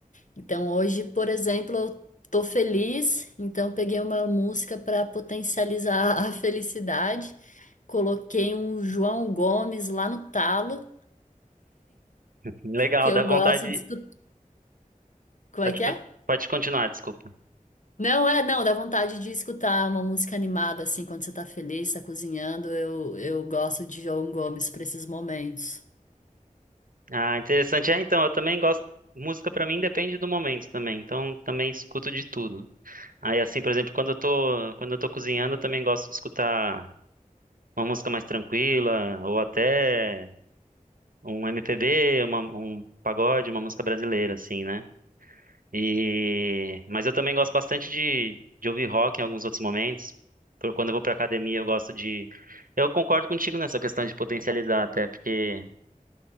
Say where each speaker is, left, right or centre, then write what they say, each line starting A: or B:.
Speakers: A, on the left; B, on the right.
A: Então hoje, por exemplo, eu tô feliz, então peguei uma música para potencializar a felicidade. Coloquei um João Gomes lá no talo,
B: Legal,
A: que eu
B: dá vontade.
A: gosto de escutar. Como
B: Pode,
A: é que
B: con-
A: é?
B: pode continuar, desculpa.
A: Não é, não, dá vontade de escutar uma música animada assim quando você tá feliz, tá cozinhando. Eu, eu gosto de João Gomes para esses momentos.
B: Ah, interessante. É, então, eu também gosto. Música pra mim depende do momento também, então também escuto de tudo. Aí, assim, por exemplo, quando eu tô, quando eu tô cozinhando, eu também gosto de escutar uma música mais tranquila, ou até um MPB, uma- um pagode, uma música brasileira, assim, né? E mas eu também gosto bastante de, de ouvir rock em alguns outros momentos. Por- Quando eu vou pra academia, eu gosto de. Eu concordo contigo nessa questão de potencializar, até porque